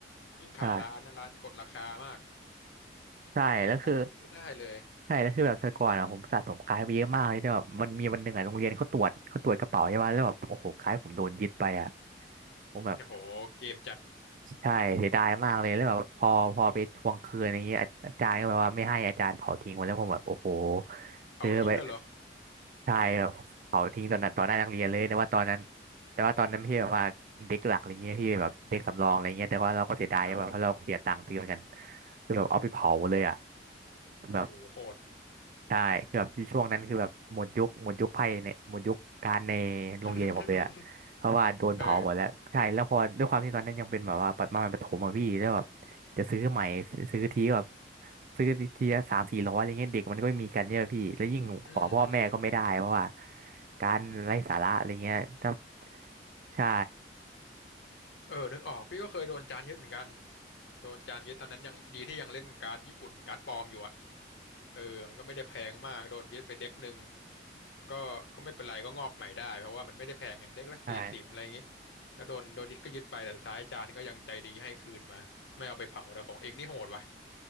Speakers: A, on the left; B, on the right.
A: ยิ่งขายร้านนะร้านกดราคามาก
B: ใช่ใช่แล้วคือ
A: ราคานี่ไม่ได้เลย
B: ใช่แล้วคือแบบแต่ก่อนอ่ะผมสะสมกายไปเยอะมากเลยแต่แบบมันมีวันหนึ่งอ่ะโรงเรียนเขาตรวจเขาตรวจกระเป๋าใช่ไหมแล้วแบบโอ้โหกายผมโดนยึดไปอ่ะ
A: อืม
B: ผมแบบ
A: โอ้โหเกมจัด
B: ใช่เสียดายมากเลยแล้วแบบพอพอไปทวงคืนอย่างเงี้ยอาอาจารย์ก็แบบว่าไม่ให้อาจารย์เผาทิ้งหมดแล้วผมแบบโอ้โห
A: เผาทิ้งเลยเหรอ
B: ซื้อไป ใช่แบบเผาทิ้งตอนนั้นตอนหน้านักเรียนเลยแต่ว่าตอนนั้นแต่ว่าตอนนั้นไม่ใช่แบบว่าเด็กหลักอะไรเงี้ยพี่แบบเด็กสำรองอะไรเงี้ยแต่ว่าเราก็เสียดายแบบเพราะเราเสียตังค์ซื้อเหมือนกัน
A: อ๋อ
B: คือแบบเอาไปเผาเลยอ่ะ
A: โอ้โหโหด
B: แบบ ใช่คือแบบช่วงนั้นคือแบบหมดยุคหมดยุคไพ่เนี่ยหมดยุคการใน
A: <laughs>
B: โรงเรียนผมเลยอะเพราะว่าโดนเผาหมดแล้วใช่แล้วพอด้วยความที่ตอนนั้นยังเป็นแบบว่าประมาณประถมอะพี่แล้วแบบ
A: เออ
B: จะซื้อใหม่ซื้อทีก็แบบซื้อทีละสามสี่ร้อยอะไรเงี้ยเด็กมันก็ไม่มีกันเยอะพี่แล้วยิ่งขอพ่อแม่ก็ไม่ได้เพราะว่า
A: อืมอืม
B: การไร้สาระอะไรเงี้ยถ้าใช่
A: เออนึกออกพี่ก็เคยโดนจานยึดเหมือนกันโดนจานยึดตอนนั้นยังดีที่ยังเล่นการ์ดญี่ปุ่นการ์ดปลอมอยู่อะเออมันก็ไม่ได้แพงมาก โดนยึดไปเด็กหนึ่งก็ก็ไม่เป็นไรก็งอกใหม่ได้เพราะว่ามันไม่ได้แพงไงเด็กละสี่สิบอะไรอย่างงี้
B: ใช่
A: ก็โดนโดนยึดก็ยึดไปแต่สุดท้ายจานก็ยังใจดีให้คืนมาไม่เอาไปเผาแต่ของเองนี่โหดว่ะ